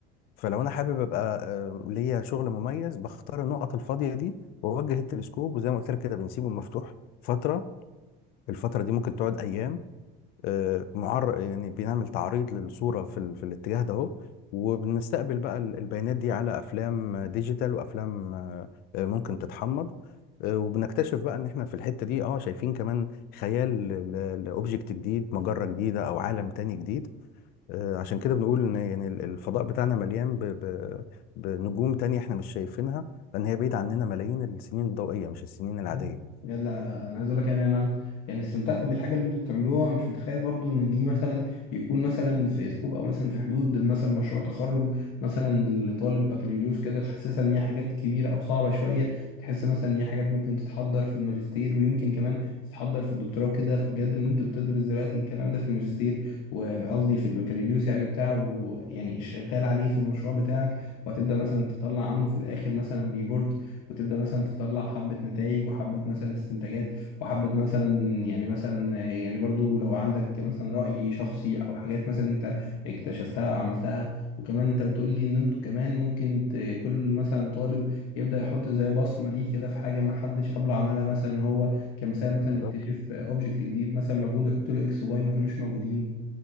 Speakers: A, on the left; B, on the left.
A: فلو أنا حابب أبقى آه، ليا شغل مميز بختار النقط الفاضية دي وأوجه التلسكوب وزي ما قلت لك كده بنسيبه مفتوح فترة الفترة دي ممكن تقعد أيام آه، معر يعني بنعمل تعريض للصورة في, ال... في الاتجاه ده اهو وبنستقبل بقى ال- البيانات دي على افلام ديجيتال وافلام آه، آه، ممكن تتحمض آه، وبنكتشف بقى ان احنا في الحتة دي اه شايفين كمان خيال لاوبجكت جديد مجرة جديدة او عالم تاني جديد آه، عشان كده بنقول ان يعني ال- الفضاء بتاعنا مليان ب... ب... بنجوم تانية احنا مش شايفينها لان هي بعيد عننا ملايين السنين الضوئية مش السنين العادية
B: بجد بجد، لا لا انا عايز اقول لك يعني انا يعني استمتعت بالحاجه اللي انتوا بتعملوها مش متخيل برضو ان دي مثلا يكون مثلا في سكوب او مثلا في حدود مثلا مشروع تخرج مثلا لطالب بكالوريوس كده تحسسها ان هي حاجات كبيره او صعبه شويه تحس مثلا ان هي حاجات ممكن تتحضر في الماجستير ويمكن كمان تتحضر في الدكتوراه وكده فبجد ان انتوا بتدرس دلوقتي الكلام ده في الماجستير وقصدي في البكالوريوس يعني بتاعه ويعني شغال عليه في المشروع بتاعك وهتبدا مثلا تطلع عنه في الاخر مثلا ريبورت وتبدا مثلا تطلع حبه نتائج وحبه مثلا استنتاجات وحبه مثلا يعني مثلا يعني برضو لو عندك مثلا راي شخصي او حاجات مثلا انت اكتشفتها او عملتها وكمان انت بتقول لي ان انتوا كمان ممكن ت- كل مثلا طالب يبدا يحط زي بصمه ليه كده في حاجه ما حدش قبله عملها مثلا هو كمثال مثلا
A: بالظبط.
B: يكتشف اوبجكت جديد مثلا موجود ويحط له اكس واي ما كانوش موجودين